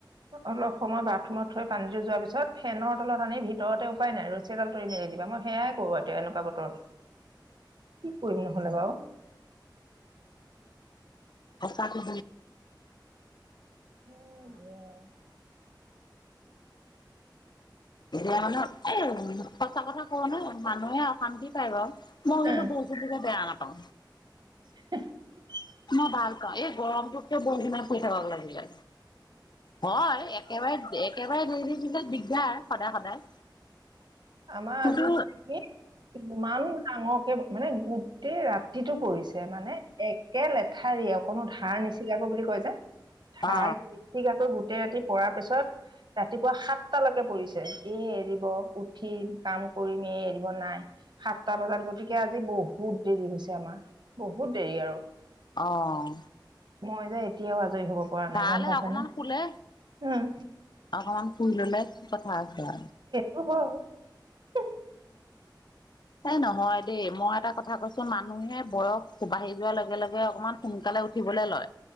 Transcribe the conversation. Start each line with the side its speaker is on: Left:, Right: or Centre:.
Right: অলপ সময় বাথৰুমত থৈ পানীটো যোৱাৰ পিছত ফেনৰ তলত আনি ভিতৰতে উপায় নাই ৰছী এডাল তৰি মেলি দিবা মই সেয়াই কৰো এতিয়া এনেকুৱা বতৰ কি কৰিম নহ'লে বাও
Left: আচ ক অ
Right: হয় দিয়া
Left: এতিয়া মানে এই সঁচা কথা কওঁ ন মানুহে অ কান্ত পায় বাৰু <unintelligible> মই
Right: উম,
Left: কিন্তু বৰষুণ দিলে বেয়া না অ
Right: <inaudible>
Left: মই ভাল কাওঁ এই গৰমটোতকে বৰষুণে পৰি থাকক লাগিলে হয় একেবাৰে একে দি দি থাকিলে দিগদাৰ সদায় সদায়
Right: আমাৰ
Left: কিন্তু
Right: আজি মানে কি ইমান ডাঙৰকে মানে গোটেই ৰাতিটো পৰিছে মানে একে লেঠাৰীয়ে অকনো ধাৰ নিচিগাকো বুলি কয় যে <unintelligible> ঠাই
Left: অ
Right: মঠ আকৈ গোই <unintelligible> গো ৰাতি পৰাৰ পিছত ৰাতিপুৱা সাতটালৈকে পৰিছে এ এৰিব উঠিম কাম কৰিমেই এৰিব নাই সাতটা বজাত গতিকে আজি বহুত দেৰি হৈছে আমাৰ বহুত দেৰি আৰু
Left: আহ
Right: মই যে এতিয়াও আজৰি হ'ব পৰা নাই
Left: ভাল
Right: গম পাইছানে
Left: অকমান শুলে
Right: উম
Left: অকমান <unintelligible> স্কুললৈ পথা <unintelligible>
Right: খবৰ <unintelligible>
Left: এই নহয় দেই মই এটা কথা কৈছো মানুহে বয়স সোবাঢ়ি যোৱাৰ লগে লগে <unintelligible> অকমান সোনকালে উঠিবলৈ লয়